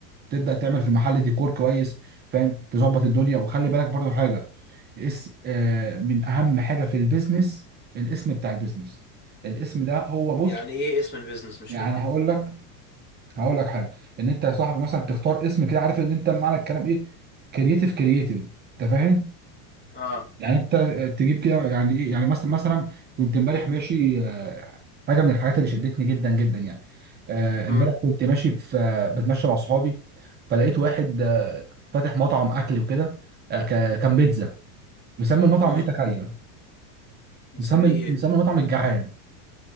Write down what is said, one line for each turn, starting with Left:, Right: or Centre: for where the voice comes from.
Right: تبدا تعمل في المحل ديكور كويس فاهم تظبط الدنيا وخلي بالك برضو حاجه اسم آه من اهم حاجه في البيزنس الاسم بتاع البيزنس الاسم ده هو بص
Left: يعني ايه اسم البيزنس مش
Right: يعني
Left: فاهم
Right: هقول لك هقول لك حاجه ان انت يا صاحبي مثلا تختار اسم كده عارف ان انت معنى الكلام ايه كرييتيف كرييتيف انت فاهم
Left: اه
Right: يعني انت تجيب كده يعني ايه يعني مثلا مثلا كنت امبارح ماشي آه، حاجه من الحاجات اللي شدتني جدا جدا يعني آه،
Left: امم
Right: امبارح كنت ماشي في آه، بتمشى مع اصحابي فلقيت واحد آه، فاتح مطعم اكل وكده آه، ك- كان بيتزا مسمي المطعم
Left: امم
Right: ايه تخيل
Left: نسميه
Right: مسمي
Left: ايه
Right: مسمي المطعم الجعان